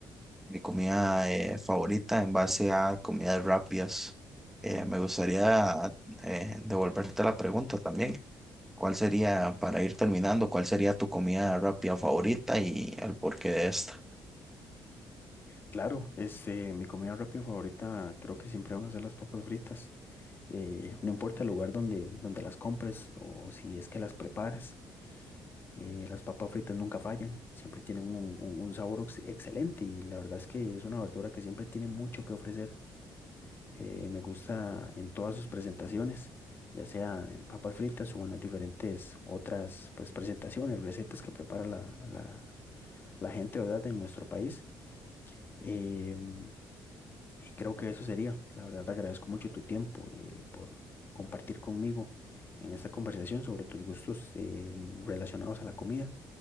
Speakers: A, in the centre; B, on the left (about 30°).
A: mi comida eh, favorita en base a comidas rápidas. Eh, me gustaría eh, devolverte la pregunta también. ¿Cuál sería, para ir terminando, cuál sería tu comida rápida favorita y el porqué de esta?
B: Claro, este, mi comida rápida favorita creo que siempre van a ser las papas fritas. eh, no importa el lugar donde, donde las compres o si es que las preparas, eh, las papas fritas nunca fallan, siempre tienen un, un- un sabor ex- excelente y la verdad es que es una verdura que siempre tiene mucho que ofrecer. Eh, me gusta en todas sus presentaciones, ya sea en papas fritas o en las diferentes otras pues, presentaciones, recetas que prepara la, la, la gente, ¿verdad?, en nuestro país. Em, y creo que eso sería. La verdad, te agradezco mucho tu tiempo eh, por compartir conmigo en esta conversación sobre tus gustos eh, en- relacionados a la comida